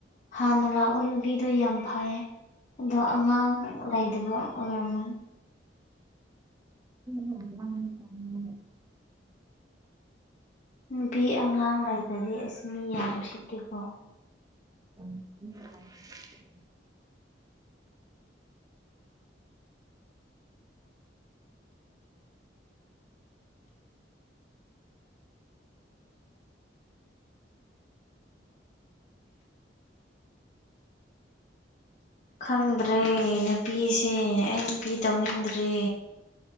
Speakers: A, on the left (about 45°); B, on the right (about 20°).
A: ꯍꯥꯟꯅ ꯂꯥꯛꯄ ꯅꯨꯒꯤꯗꯣ ꯌꯥꯝ ꯐꯩꯌꯦ ꯑꯗꯣ ꯑꯉꯥꯡ ꯂꯩꯗꯕ ꯑꯣꯏꯔꯝꯒꯅꯤ
B: <unintelligible>
A: ꯅꯨꯄꯤ ꯑꯉꯥꯡ ꯂꯩꯇꯗꯤ ꯑꯁ ꯃꯤ ꯌꯥꯝ ꯎꯁꯤꯠꯇꯦꯀꯣ
B: ꯎ ꯎꯝ <unintelligible>
A: ꯈꯪꯗ꯭ꯔꯦ ꯅꯨꯄꯤꯁꯦ ꯑꯩ ꯅꯨꯄꯤ ꯇꯧꯅꯤꯡꯗ꯭ꯔꯦ